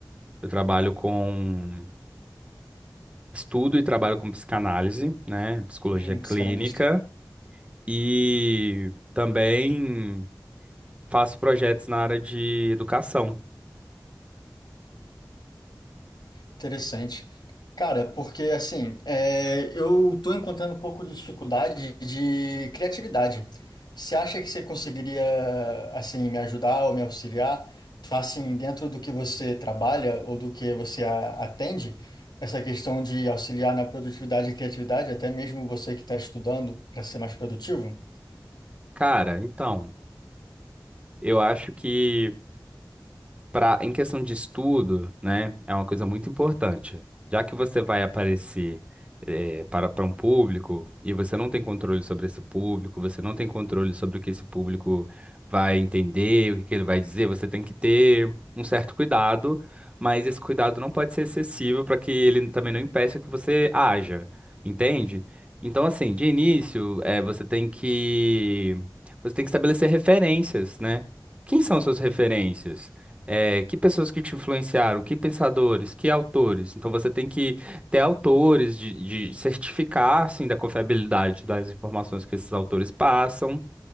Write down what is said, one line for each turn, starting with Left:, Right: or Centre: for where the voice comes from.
Right: eu trabalho com estudo e trabalho com psicanálise, né, psicologia
Left: Um
Right: clínica
Left: psicanalista.
Right: e também Faço projetos na área de educação.
Left: Interessante. Cara, porque assim, é, eu tô encontrando um pouco de dificuldade de criatividade. Você acha que você conseguiria, assim, me ajudar ou me auxiliar? Tá, assim, dentro do que você trabalha ou do que você a- atende, essa questão de auxiliar na produtividade e criatividade, até mesmo você que está estudando para ser mais produtivo?
Right: Cara, então, eu acho que. Pra, em questão de estudo, né, é uma coisa muito importante. Já que você vai aparecer eh, para, para um público e você não tem controle sobre esse público, você não tem controle sobre o que esse público vai entender, o que que ele vai dizer, você tem que ter um certo cuidado, mas esse cuidado não pode ser excessivo para que ele também não impeça que você haja, entende? Então, assim, de início, eh, você tem que, você tem que estabelecer referências, né? Quem são suas referências? É, que pessoas que te influenciaram, que pensadores, que autores. Então você tem que ter autores de, de certificar assim, da confiabilidade das informações que esses autores passam.